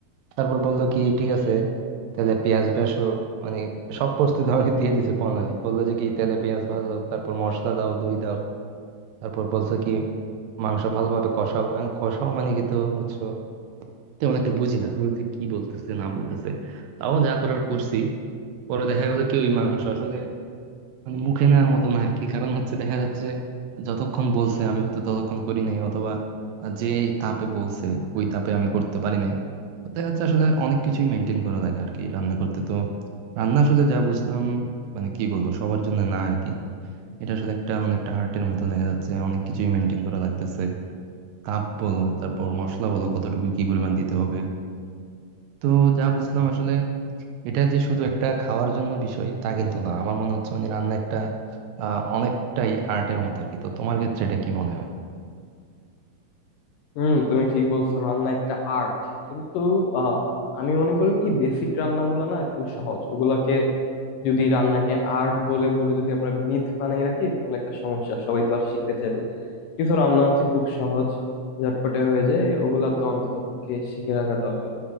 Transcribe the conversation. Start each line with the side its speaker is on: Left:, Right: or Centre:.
Right: তারপর বললো কি ঠিক আছে তাহলে পেঁয়াজ ভাজো মানে সব প্রস্তুতি আমাকে দিয়ে দিছে প্রণালী বললো যে কি তেলে পেঁয়াজ ভাজো তারপর মশলা দাও দই দাও তারপর বলছো কি মাংস ভালোভাবে কষাও এখন কষাও মানে কি তো বুঝছো তেমন একটা বুঝি না আমি বুঝি কি বলতেছে না বলতেছে তাও যা করার করছি পরে দেখা গেলো কি ওই মাংস আসলে মানে মুখে নেওয়ার মতো না আর কি কারণ হচ্ছে দেখা যাচ্ছে যতক্ষণ বলছে আমি হয়তো ততক্ষণ করি নাই অথবা যে তাপে বলছে ওই তাপে আমি করতে পারি নাই তো দেখা যাচ্ছে আসলে অনেক কিছুই মেনটেন করা লাগে আর কি রান্না করতে তো রান্না আসলে যা বুঝলাম মানে কি বলবো সবার জন্য না আর কি এটা আসলে একটা অনেকটা আর্টের মতো দেখা যাচ্ছে অনেক কিছুই মেনটেন করা লাগতেছে তাপ বলো তারপর মশলা বলো কতটুকু কি পরিমাণ দিতে হবে তো যা বুঝলাম আসলে এটা যে শুধু একটা খাওয়ার জন্য বিষয় তা কিন্তু না আমার মনে হচ্ছে মানে রান্না একটা আহ অনেকটাই আর্টের মতো আর কি তো তোমার ক্ষেত্রে এটা কি মনে হয়
Left: হুম তুমি ঠিক বলছো রান্না একটা আর্ট কিন্তু আহ, আমি মনে করি কি বেসিক রান্নাগুলো না একটু সহজ ওগুলাকে যদি রান্নাকে আর্ট বলে বলে যদি আমরা মিথ বানিয়ে রাখি তাহলে একটা সমস্যা সবাই তো আর শিখতে চাইবে না কিছু রান্না আছে খুব সহজ ঝটপটে হয়ে যায় ওগুলা তো অন্তত পক্ষে শিখে রাখা দরকার